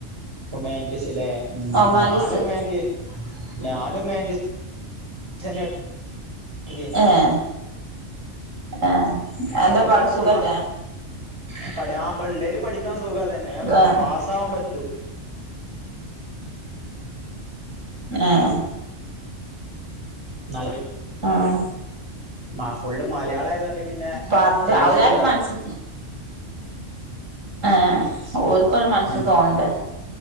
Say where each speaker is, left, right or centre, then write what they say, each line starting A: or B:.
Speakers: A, on the right (about 20°); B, on the right (about 80°).
A: ഹ്യുമാനിറ്റീസ് ല്ലേ മം
B: ഓമാൻറിസ്
A: ഞാനും ഹ്യൂമാന്റി ഞാനും ഹ്യുമാനിറ്റീസ് തന്നെ <unintelligible>
B: ഏഹ് ആഹ് എന്താ
A: അത് പഠിക്കാൻ
B: പാട് സുഖല്ലേ
A: സുഖ ഇപ്പെ ഇളേൽ പഠിക്കാൻ സുഖ അതന്നെ വേഗംപാസ്സാവാൻ
B: ആഹ്
A: പറ്റൂ
B: ആഹ്
A: നല്ലളി
B: ആഹ്
A: മ ഫുള്ള് മലയാളായതോണ്ട് പിന്നെ
B: പറഞ്ഞിട്ട്
A: വല്ല്യ
B: അവരാരും
A: ഇഷ്യൂ ഇണ്ടാവൂല.
B: മനസ്സ് ആഹ് ഓര്ക്കൊരു
A: മം
B: മനസ്സ്
A: ഹെ
B: തോന്നണ്ടേ